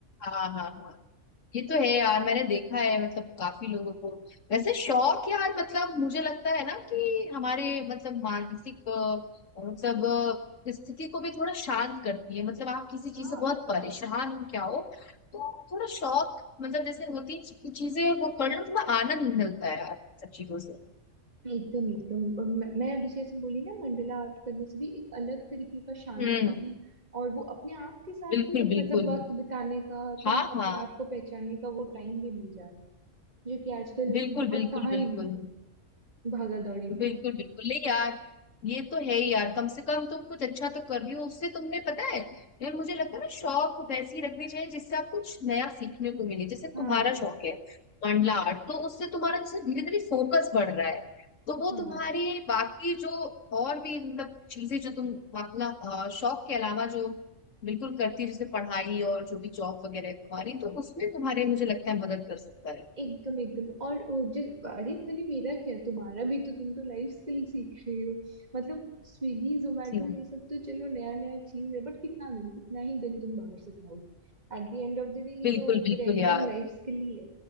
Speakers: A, on the left; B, on the right.
A: हाँ हाँ हाँ ये तो है यार मैंने देखा है मतलब काफी लोगों को वैसे शौक यार मतलब मुझे लगता है ना कि हमारे मतलब मानसिक अ, मतलब अ, स्थिति को भी थोड़ा शांत करती है मतलब आप किसी चीज
B: हाँ
A: से बहुत परेशान क्या हो तो थोड़ा शौक मतलब जैसे होती है चीज- चीजें वो कर लो थोड़ा आनंद मिलता है यार सब चीजों से
B: एकदम एकदम और मैं मैं अभी जैसे बोली ना मंडला आर्ट करने से भी एक अलग तरीके का शांति
A: हम्म
B: और वो अपने आप के साथ
A: बिल्कुल
B: ही
A: बिल्कुल
B: मतलब वक्त बिताने का तुम
A: हाँ
B: अपने
A: हाँ
B: आप को पहचानने का वो टाइम भी मिल जाता है जो कि आजकल
A: बिल्कुल
B: बहुत
A: बिल्कुल
B: कहाँ
A: बिल्कुल
B: ही मिलता है भागा दौड़ी में
A: बिल्कुल बिल्कुल नहीं यार ये तो है ही यार कम से कम तुम कुछ अच्छा तो कर रही हो उससे तुमने पता है यार मुझे लगता है ना शौक वैसे ही रखने चाहिए जिससे आप कुछ नया सीखने को मिले जैसे
B: हाँ
A: तुम्हारा शौक है मंडला आर्ट तो उससे तुम्हारा जैसे धीरे धीरे फोकस बढ़ रहा है तो वो
B: हाँ
A: तुम्हारी बाकी जो और भी मतलब चीजें जो तुम मतलब अ, शौक के अलावा जो बिल्कुल करती है जैसे पढ़ाई और जो भी जॉब वगैरह है तुम्हारी तो उसमें तुम्हारे मुझे लगता है मदद कर सकता है
B: एकदम एकदम और वो जिस अरे खाली मेरा क्या तुम्हारा भी तो तुम तो लाइफ स्किल सीख रही हो मतलब स्विगी जोमेटो
A: जी हाँ,
B: ये सब तो चलो नया नया चीज है बट कितना दिन कितना ही दिन तुम बाहर से खाओगे At the end of the day ये
A: बिल्कुल
B: तो
A: बिल्कुल
B: पूरा एकदम
A: यार
B: लाइफ स्किल ही है